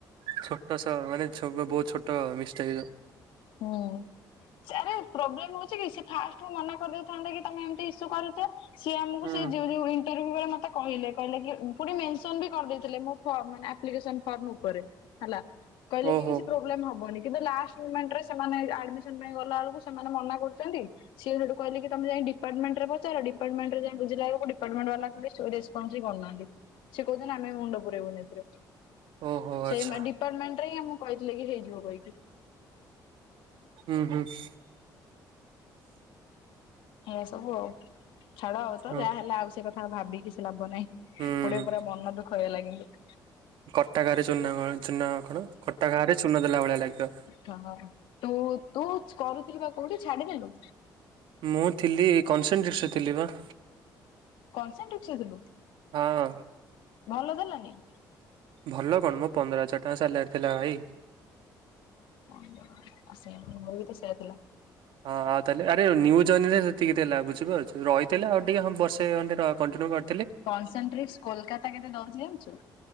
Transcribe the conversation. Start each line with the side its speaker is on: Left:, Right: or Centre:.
Right: ଛୋଟ ସ ମାନେ ଛୋ ବହୁତ ଛୋଟ ମିଷ୍ଟେକ୍ ହେଇଛିଆଉ
Left: ହୁଁ। ଆରେ ପ୍ରୋବ୍ଲେମ ହଉଛି କି ସେ ଫାଷ୍ଟରୁ ମନା କରିଦଉଥାନ୍ତେ କି ତମେ ଏମତି ଇସୁ କରୁଛ। ସିଏ ଆମକୁ
Right: ହୁଁ
Left: ସେ ଯୁରୁ ଉଇ <unintelligible> ମତେ କହିଲେ କହିଲେ କି ପୁଣି ମେନେସନ୍ ବି କରିଦେଇଥିଲେ ମୋ ଫର୍ମ ମାନେ ମୋ ଆପ୍ଲିକେସନ ଫର୍ମ ଉପରେ। ହେଲା କହିଲେ
Right: ଓହୋ
Left: କି କିଛି ପ୍ରୋବ୍ଲେମ ହବନି କିନ୍ତୁ ଲାଷ୍ଟ ମୋମେଣ୍ଟରେ ଷ ସେମାନେ ଆଡମିସନ ପାଇଁ ଗଲା ବେଳକୁ ସେମାନେ ମନା କରୁଛନ୍ତି। ସିଏ ସେଠୁ କହିଲିକି ତମେ ଯାଇ ଡିପାର୍ଟମେଣ୍ଟରେ ପଚାର ଡିପାର୍ଟମେଣ୍ଟରେ ଯାଇ ବୁଝିଲା ବେଳକୁ ଡିପାର୍ଟେଣ୍ଟ ବାଲା କହିଲେ ସୁରେଶ କଣ ଯେ କରୁ ନାହାଁନ୍ତି ସିଏ କହୁଛନ୍ତି ଆମେ ମୁଣ୍ଡ ପୁରେଇବୁନି ଏଥିରେ।
Right: ଓହୋ ଆଚ୍ଛା।
Left: ସେଇ ମା ଡିପାର୍ଟମେଣ୍ଟ ରେ ହିଁ ଆମକୁ କହିଥିଲେ କି ହେଇଯିବ କହିକି।
Right: ଉଁ ହୁଁ,।
Left: ଏଇଆ ସବୁ ଆଉ ଛାଡ ଆଉ ତ
Right: ହଁ
Left: ଯାହା ହେଲା ଆଉ ସେ କଥା ଭାବି କିଛି ଲାଭ ନାହିଁ।
Right: ହୁଁ
Left: ଗୋଟେ ପୁରା ମନ ଦୁଃଖ ହେଇଗଲା କିନ୍ତୁ।
Right: କଟା ଘାରେ ଚୂନ କ ଚୂନ କଣ କଟା ଘାରେ ଚୂନ ଦେଲା ଭଳିଆ ଲାଗିବ।
Left: ହଁ, ହଁ ତୁ, ତୁ କରୁଥିଲୁ ପା କୋଉଠି ଛାଡିଦେଲୁ?
Right: ମୁଁ ଥିଲି କନସେନଟ୍ରେସ୍ ରେ ଥିଲି ପା।
Left: କନସେନଟ୍ରେସ୍ ଥିଲୁ
Right: ହଁ
Left: ଭଲ ଦେଲାନି?
Right: ଭଲ କଣ ମ ପନ୍ଦର ହଜାର ଟଙ୍କା ସାଲାରି ଥିଲା ଭାଇ।
Left: <unintelligible> ଆଉ ସେୟା ମୋର ବି ତ ସେଇୟା ଥିଲା।
Right: ହଁ ଆଉ ତାହେଲେ ଆରେ ନିଉ ଜଏନ୍ ରେ ସେତିକିଥିଲା ବୁଝିପାରୁଛୁ ରହିଥିଲେ ଆଉ ଟିକେ ହଁ ବର୍ଷେ ଖଣ୍ଡେ ର କଣ୍ଟିନ୍ୟୁ କ
Left: କନସେଟ୍ରେକ୍ସ କୋଲକାତା କେତେ ଦଉଛି ଜାଣିଛୁ?